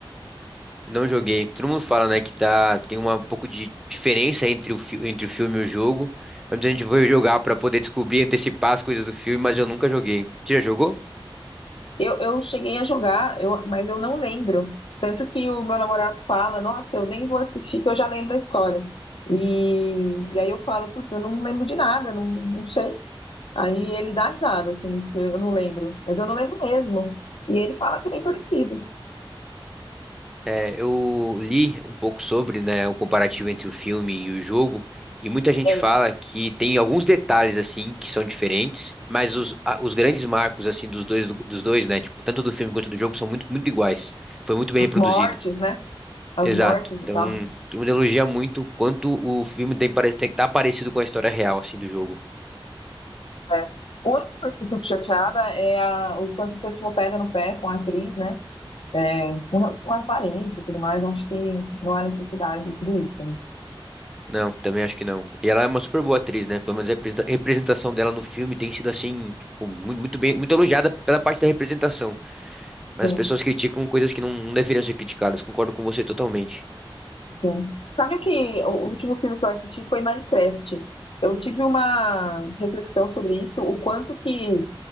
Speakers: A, in the centre; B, on the left.
A: Não joguei. Todo mundo fala, né, que tá, tem uma, um pouco de diferença entre o, fi- entre o filme e o jogo. Mas a gente vai jogar pra poder descobrir, antecipar as coisas do filme, mas eu nunca joguei. Você já jogou?
B: Eu, eu cheguei a jogar, eu, mas eu não lembro. Tanto que o meu namorado fala, nossa, eu nem vou assistir, que eu já lembro a história. E, e aí eu falo, putz, eu não lembro de nada, não, não sei. Aí ele dá risada, assim, porque eu não lembro. Mas eu não lembro mesmo. E ele fala que é bem parecido.
A: É, eu li um pouco sobre, né, o comparativo entre o filme e o jogo, e muita gente
B: E aí,
A: fala que tem alguns detalhes assim que são diferentes, mas os, a- os grandes marcos assim dos dois, dos dois, né, tipo, tanto do filme quanto do jogo são muito, muito iguais. Foi muito bem
B: as
A: reproduzido.
B: mortes, né? As
A: Exato.
B: mortes e
A: Então,
B: tal.
A: todo mundo elogia muito quanto o filme tem, pare- tem tá parecido com a história real assim do jogo.
B: É. A única coisa que eu fico chateada é a- o quanto o pessoal pega no pé com a atriz, né? É, com relação à aparência e tudo mais, eu acho que não há necessidade de tudo isso, né?
A: Não, também acho que não. E ela é uma super boa atriz, né? Pelo menos a representa- representação dela no filme tem sido assim, tipo, mu- muito bem, muito elogiada pela parte da representação. Mas
B: Sim.
A: as pessoas criticam coisas que não não deveriam ser criticadas. Concordo com você totalmente.
B: Sim. Sabe o que o último filme que eu assisti foi Minecraft. Eu tive uma reflexão sobre isso, o quanto que